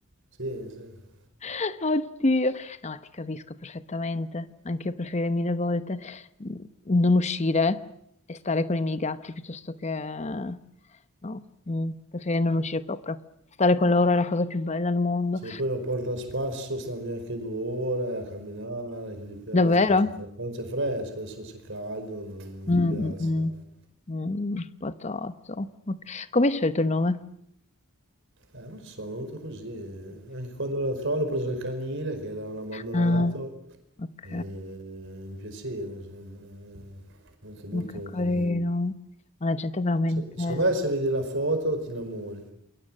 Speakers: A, on the right (about 55°); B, on the left (about 30°).
A: Sì, sì.
B: <laughs> Oddio, no, ti capisco perfettamente. Anche io preferirei mille volte mm, non uscire e stare con i miei gatti piuttosto che no, mm, preferirei non uscire proprio. Stare con loro è la cosa più bella al mondo.
A: Se poi lo porto a spasso, stanno via anche due ore a camminare, che gli piace,
B: Davvero?
A: quando c'è fre- quando c'è fresco, adesso c'è caldo, non, non
B: Mm,
A: gli piace.
B: mm, mm. Mm, patato. Ok. Come hai scelto il nome?
A: Eh, non lo so, è venuto così. eh. Anche quando lo trovo l'ho preso il canile, che l'avevano abbandonato,
B: Ah, ok,
A: e mi piaceva, insomma, eh, molto molto
B: ma che carino.
A: carino.
B: Ma la gente è veramente.
A: Se- Secondo me se vedi la foto ti innamori.